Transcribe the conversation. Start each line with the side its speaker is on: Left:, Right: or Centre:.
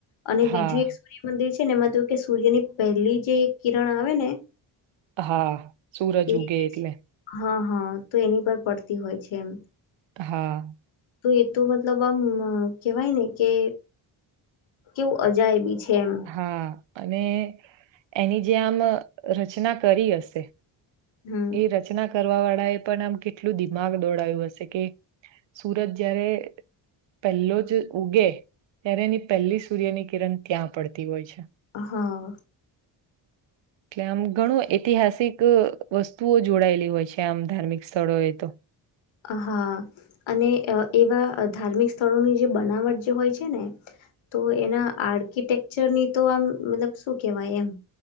Left: અને
Right: હા
Left: બીજું એ સૂર્યમંદિર છે એમાં તોું કે સૂર્યની પહેલી જે કિરણ આવે ને
Right: હા સુૂરજ
Left: એ
Right: ઉગે એટલે
Left: હા હા તો એની પર પડતી હોય છે એમ
Right: હા
Left: તો એ તો મતલબ આમ કેહેવાય ને કે કેવું અજાયબી છે કેમ
Right: હા અને એની જે આમ રચના કરી હશે
Left: હમ
Right: એ રચના કરવા વાળા એ પણ આમ કેટલું દિમાગ દોડાયું હશે કે સુરત જયારે પહેલો જ ઉગે ત્યારે એની પહેલી સૂર્યની કિરણ ત્યાં પડતી હોય છે
Left: હા
Right: એટલે આમ ઘણું ઐતિહાસિક વસ્તુઓ જોડાયેલી હોય છે આમ ધાર્મિક સ્થળોએ તો
Left: હા અને એવા ધાર્મિક સ્થળોની જે બનાવટ જે હોય છે ને તો એના આર્કિટેકચરની તો આમ મતલબ શું કેવાય એમ